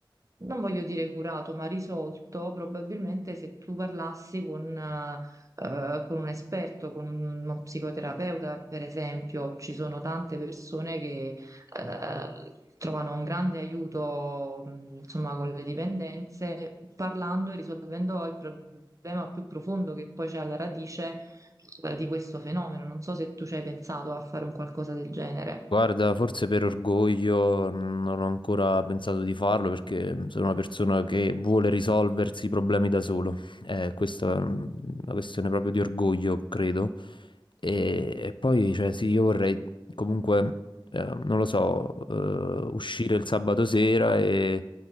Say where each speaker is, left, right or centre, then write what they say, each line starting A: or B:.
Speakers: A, on the right; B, on the left.
A: non voglio dire curato, ma risolto, probabilmente se tu parlassi con, eh, eh, con un esperto, con uno psicoterapeuta, per esempio, ci sono tante persone che eh, trovano un grande aiuto, mh, insomma, con le dipendenze, parlando e risolvendo il problema più profondo che poi c'è alla radice, eh, di questo fenomeno. Non so se tu ci hai pensato a fare un qualcosa del genere.
B: Guarda, forse per orgoglio mh, non ho ancora pensato di farlo perché mh, sono una persona che vuole risolversi i problemi da solo. Eh, questa è mh, una questione proprio di orgoglio, credo. E, e poi, cioè, sì, io vorrei comunque, eh, non lo so, eh, uscire il sabato sera e